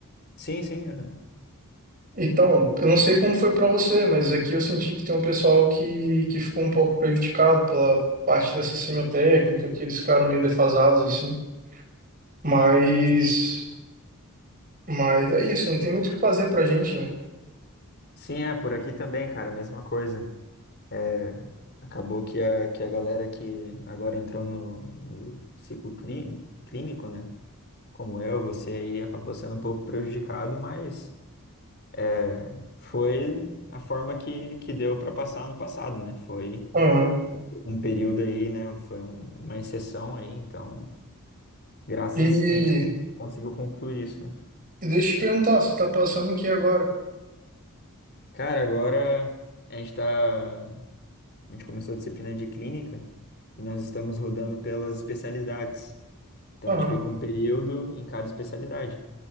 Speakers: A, on the left; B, on the right.
A: Sim, sim, aham.
B: Então, eu não sei como foi pra você, mas aqui eu senti que tem um pessoal que, que ficou um pouco prejudicado pela parte dessa semiotécnica, que eles ficaram meio defasados, assim. Mas,
A: Sim,
B: mas é isso, não tem muito o que fazer pra gente, né?
A: Sim, é, por aqui também, cara, mesma coisa. É, acabou que a, que a galera que agora entrou no, no ciclo clí- clínico, né? Como eu, você aí acabou sendo um pouco prejudicado, mas é, foi a forma que, que deu para passar no passado, né? Foi
B: Aham.
A: um período aí, né? Foi um- uma exceção aí, então, graças
B: E,
A: que a gente con- conseguiu concluir isso, né?
B: e deixa eu te perguntar, você tá passando em que agora?
A: Cara, agora a gente tá. A gente começou a disciplina de clínica e nós estamos rodando pelas especialidades. Então
B: Aham.
A: a gente fica um período em cada especialidade.